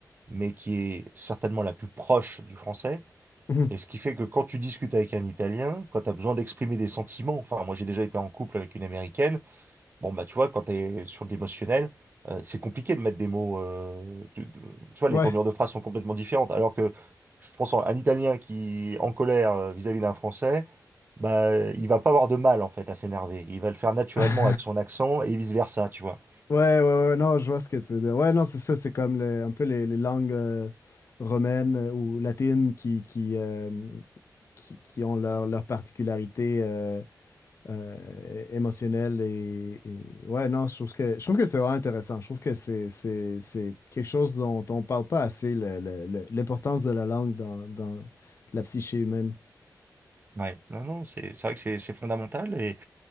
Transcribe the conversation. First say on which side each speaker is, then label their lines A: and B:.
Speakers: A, on the right (about 30°); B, on the left (about 40°).
A: mais qui est certainement la plus proche du français.
B: Mhm.
A: Et ce qui fait que quand tu discutes avec un Italien, quand tu as besoin d'exprimer des sentiments, enfin, moi j'ai déjà été en couple avec une Américaine, bon, bah tu vois, quand tu es sur de l'émotionnel, euh, c'est compliqué de mettre des mots. euh, tu, tu vois,
B: Ouais.
A: les tournures de phrases sont complètement différentes. Alors que je pense à un Italien qui est en colère euh, vis-à-vis d'un Français, bah, il va pas avoir de mal en fait à s'énerver. Il va le faire naturellement
B: <laughs>
A: avec son accent et vice-versa, tu vois.
B: Ouais, ouais, ouais, non, je vois ce que tu veux dire. Ouais, non, c'est ça, c'est comme le- un peu les, les langues euh, romaines euh, ou latines qui, qui, euh, qui, qui ont leur, leur particularité euh, euh, émotionnelle. Et, et- ouais, non, je trouve que, je trouve que c'est vraiment intéressant. Je trouve que c'est, c'est, c'est quelque chose dont on parle pas assez, le- le- le- l'importance de la langue dans, dans la psyché humaine.
A: Ouais, non, non, c'est c'est vrai que c'est c'est fondamental et